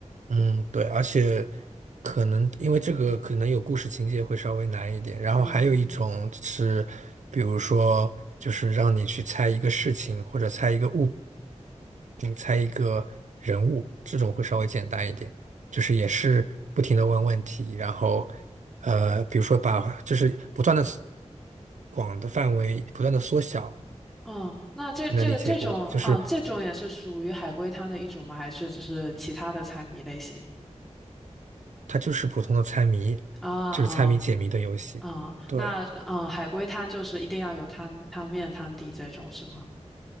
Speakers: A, on the right; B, in the centre.
A: 嗯，对，而且可能因为这个可能有故事情节会稍微难一点，然后还有一种是，
B: 嗯
A: 比如说就是让你去猜一个事情，或者猜一个物品，猜一个人物，这种会稍微简单一点，就是也是不停的问问题，然后呃，比如说把就是不断的广的范围不断的缩小。
B: 嗯，那这这个这种，
A: 能理解不？就是
B: 嗯，这种也是属于海龟汤的一种吗？还是只是其他的猜谜类型？
A: 它就是普通的猜谜，
B: 啊啊
A: 就是猜谜解谜的游戏。
B: 啊，
A: 对
B: 那嗯，海龟汤就是一定要有汤汤面、汤底这种是吗？